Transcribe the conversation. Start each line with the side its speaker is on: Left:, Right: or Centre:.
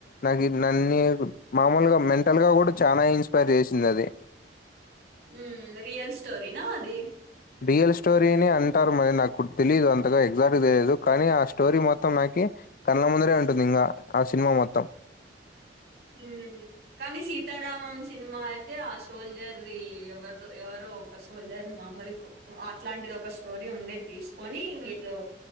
Left: నాకు నన్ను మామూలుగా మెంటల్ గా కూడా చానా ఇన్స్పైర్ చేసింది అదే
Right: ఉమ్ రియల్ స్టోరినా అది
Left: రియల్ స్టోరీనే అంటారు. మరి నాకు తెలీదు అంతగా ఎగ్జాక్ట్ గా తెలియదు. కానీ ఆ స్టోరీ మొత్తం నాకు కె కళ్ల ముందురే ఉంటుంది. ఇంకా ఆ సినిమా మొత్తం
Right: ఉమ్ కానీ సీతారామం సినిమా అయితే ఆ సోల్డీర్ డి ఎవరు ఎవరో ఒక సోల్డీర్ మామూలు కు అట్లాంటిది ఒక స్టోరీ ఉండే తీసుకొని వీళ్ళు